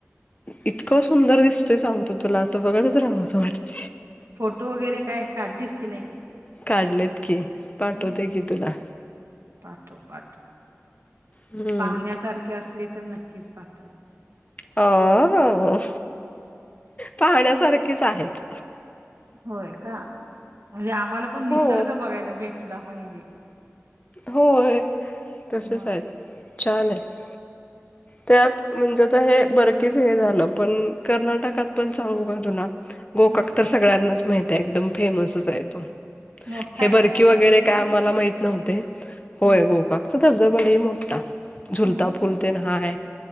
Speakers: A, on the left; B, on the right.
A: इतकं सुंदर दिसतोय सांगतो तुला, अस बघतच राहावस वाटतंय.
B: फोटो वगैरे काय काढलीस की नाही?
A: काढलेत की, पाठवते
B: हं.
A: की तुला
B: पाठव पाठव,
A: हम्म
B: पाहण्यासारखे असले तर नक्कीच पाठव.
A: अ हा, पाहण्यासारखेच आहेत.
B: होय का, म्हणजे आम्हाला पण निसर्ग
A: हो
B: बघायला भेटला पाहिजे.
A: होय तसच
B: मग
A: आहेत छान आहे त्यात म्हणजे आता हे बरकीच हे झालं, पण कर्नाटकात पण सांगू का तुला गोकाक
B: हम्म
A: तर सगळ्यांनाच माहित आहे, एकदम फेमसच आहे तो.
B: मोठा
A: हे
B: आहे
A: बरकी
B: ना तो
A: वगैरे
B: काहीतरी
A: काय आम्हाला माहित नव्हते. होय
B: हा
A: गोकाकचा धबधाबा लय मोठा झुलता
B: हम्म
A: पूल हाय